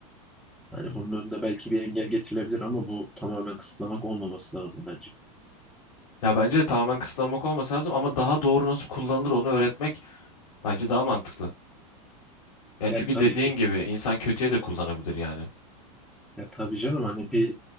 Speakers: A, in the centre; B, on the left.
A: Yani bunun önüne belki bir engel getirilebilir ama bu tamamen kısıtlamak olmaması lazım bence.
B: Ya bence de tamamen kısıtlamak olması lazım ama daha doğru nasıl kullanılır onu öğretmek bence daha mantıklı. Yani
A: Yani
B: çünkü
A: tabii
B: dediğin
A: ki.
B: gibi insan kötüye de kullanabilir yani.
A: Ya tabii canım hani bir